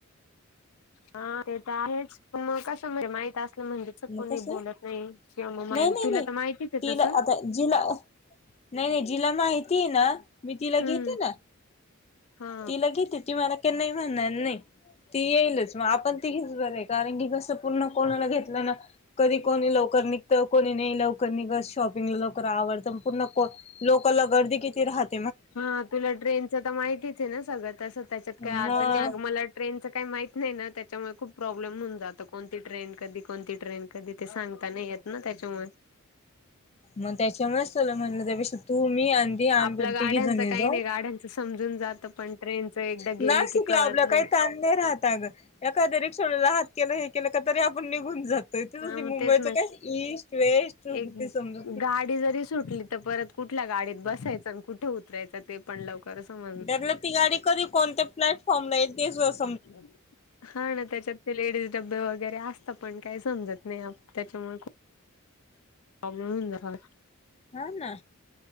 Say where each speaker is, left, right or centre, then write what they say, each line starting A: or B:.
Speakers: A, on the left (about 80°); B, on the left (about 30°).
A: हा ते तर आहेच पण मग कस म्हण माहित असलं म्हणजे
B: मग
A: कोणी
B: कसं
A: बोलत नाही किंवा मग
B: नाही नाही
A: तुला
B: नाही
A: तर माहितीच आहे
B: तिला
A: तसं
B: आता जिला नाही नाही जिला माहिती आहे ना मी तिला
A: हम्म
B: घेते ना
A: हा
B: तिला घेते ती मला का नाही म्हणणार नाही ती येईलच मग आपण तीघेच बरं आहे कारण की कस पूर्ण कोणाला घेतलं ना कधी कोणी लवकर निकते तर कोणी नाही लवकर निघ शॉपिंगला लवकर आवडत प पूर्ण लोकला गर्दी किती राहत
A: हा तुला ट्रेनचं तर माहितीच आहे ना सगळं तसं त्यांच्यात
B: मग
A: काही अडचण नाही मला ट्रेनचं काही माहित नाही ना त्यांच्यामुळे खूप प्रॉब्लेम होऊन जातं कोणती ट्रेन कधी कोणती ट्रेन कधी ते सांगता नाही येत ना त्यांच्यामुळे
B: मग त्यांच्यामुळेच चला म्हणलं त्यापेक्ष तू मी अधी आणि
A: आपल्या गाड्यांचं
B: तिघी जाणी
A: काही
B: जाऊ
A: नाही गाड्यांचं समजून जातं पण ट्रेनच एकदा
B: नाही
A: गेली
B: सुकलं
A: की कळत
B: आपलं
A: नाही
B: काही तां नाही राहत अ ग एखाद्या रिक्षा राहात के हे केलं का तरी आपण निघून जात तरथेच
A: हा मग
B: मुंबईच
A: तेच ना
B: काय ईस्ट वेस्ट
A: एक
B: ते समजा
A: गाडी जरी सुटली तर परत कुठल्या गाडीत बसायचं आणि कुठे उतरायचं ते पण लवकर समज
B: त्याला ती गाडी कधी कोणत्या प्लॅटफॉर्मला येईल दिस वाज
A: हम् हा ना त्याच्यात ते लेडीज डबे वगैरे असतात पण काही समजत नाही त्यांच्यामुळे प्रॉब्लेम हो जा
B: हा ना